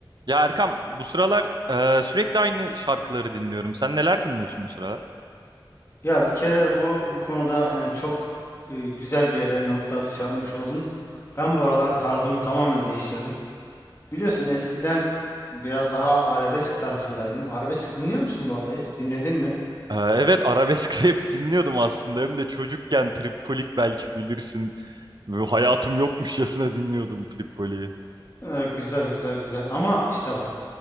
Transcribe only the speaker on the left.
Ya bir kere bu bu konuda yani çok e, güzel bir yere nokta atışı yapmış oldun. Ben bu aralar tarzımı tamamen değiştirdim. Biliyorsun eskiden biraz daha arabesk tarafındaydım. Arabesk dinliyor musun bu arada hiç? Dinledin mi?
Ee, güzel güzel güzel. Ama işte bak